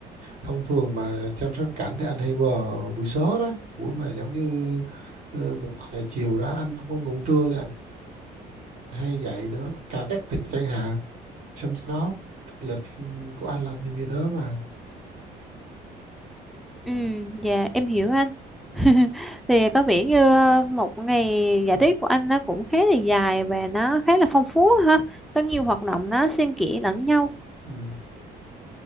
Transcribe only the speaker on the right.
thông thường mà chăm sóc cảnh thì anh hay vào buổi sớm đó buổi mà giống như ờ, một giờ chiều đó anh không có ngủ trưa thì anh hay dậy đỡ cả thì chẳng hạn xong nó lịch ừ, của anh là thì như thế mà
Ừ.
ừ.